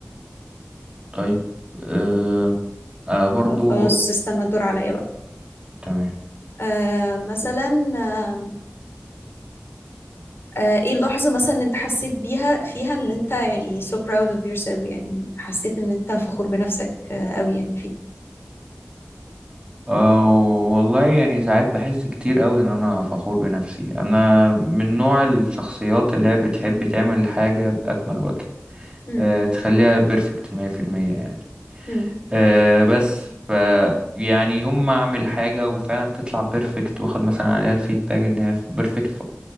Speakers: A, on the right; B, on the left.
A: طيب آه آه برضو
B: خلاص استنى الدور عليا بقى
A: تمام
B: آه مثلا آم، آه ايه اللحظة مثلا اللي انت حسيت بيها فيها ان انت يعني so proud of yourself يعني حسيت ان انت فخور بنفسك آه قوي يعني فيه
A: أه والله يعني ساعات بحس كتير قوي ان انا فخور بنفسي انا من نوع الشخصيات اللي هي بتحب تعمل حاجة بأكمل وجه
B: مم.
A: أه تخليها بيرفكت مية في المية يعني
B: مم.
A: أه بس ف يعني يوم ما اعمل حاجة وفعلا تطلع بيرفكت واخد مثلا عليها الفيدباك ان هي بيرفكت